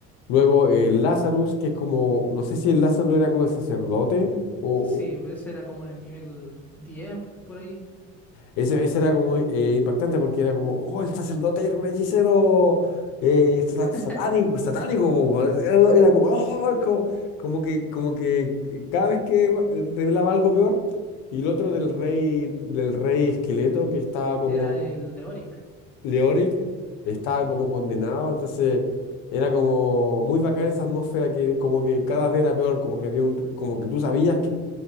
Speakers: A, on the left; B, in the centre.
A: Luego el Lazarus, que es como, no sé si el Lazarus era como el sacerdote o
B: Sí, ese era como en el nivel 10 por ahí.
A: Ese, ese era como eh, impactante porque era como, oh, el sacerdote era un hechicero eh, sata-
B: <laughs>
A: satánico, satánico, po, weón. era, era como, oh, como, como que, como que eh, cada vez que va- eh, revelaba algo peor, y el otro del rey, del rey esqueleto que estaba como,
B: Era
A: co-
B: el de Oric.
A: Leoric, estaba como condenado, entonces era como muy bacana esa atmósfera que como que cada vez era peor, como que había un, como que tú sabías